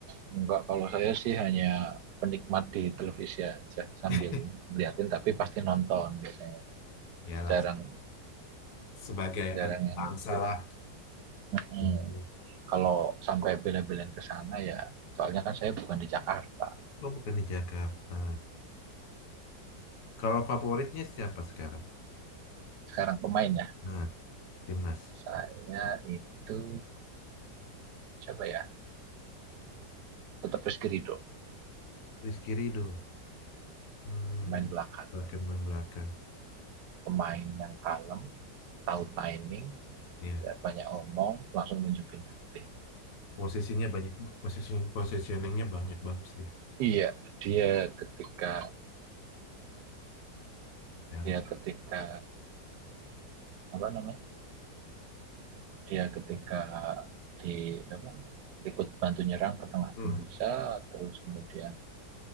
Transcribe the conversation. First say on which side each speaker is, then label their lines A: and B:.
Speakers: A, on the right; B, on the left.
A: enggak kalau saya sih hanya penikmat di televisi aja sambil
B: <laughs>
A: ngeliatin tapi pasti nonton biasanya.
B: Yalah,
A: Jarang
B: sebagai
A: jarang
B: anak
A: yang
B: bangsa
A: itu.
B: lah.
A: Hmm.
B: Gitu.
A: kalau sampai bela-belain ke sana ya soalnya kan saya bukan di Jakarta
B: Lo bukan di Jakarta. Kalau favoritnya siapa sekarang?
A: sekarang pemainnya
B: Nah, timnas.
A: saya itu siapa ya tetap Rizky Ridho
B: Rizky Ridho. Hmm,
A: pemain belakang
B: berkembang belakang.
A: pemain yang kalem tahu timing
B: Ya,
A: tidak banyak omong langsung nunjukin bukti
B: posisinya banyak, posisi positioningnya banyak bagus dia.
A: iya dia ketika
B: Ya.
A: dia ketika apa namanya dia ketika di apa ikut bantu nyerang ke tengah
B: Hmm.
A: pun bisa terus kemudian